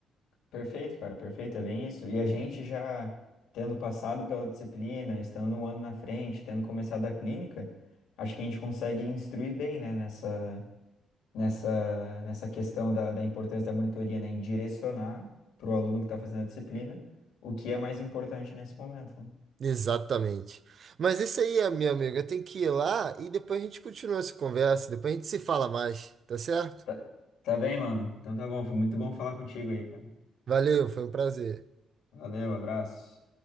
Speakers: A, on the left; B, on the right.
A: Perfeito, cara, perfeito, é bem isso. E a gente já tendo passado pela disciplina, estando um ano na frente, tendo começado a clínica, acho que a gente consegue instruir bem, né, nessa, nessa, nessa questão da, da importância da monitoria, né, em direcionar para o aluno que está fazendo a disciplina o que é mais importante nesse momento. né?
B: Exatamente. Mas isso aí, minha amiga, eu tenho que ir lá e depois a gente continua essa conversa, depois a gente se fala mais, tá certo?
A: Tá, tá bem, mano. Então tá bom, foi muito bom falar contigo aí, cara.
B: Valeu, foi um prazer.
A: Valeu, abraço.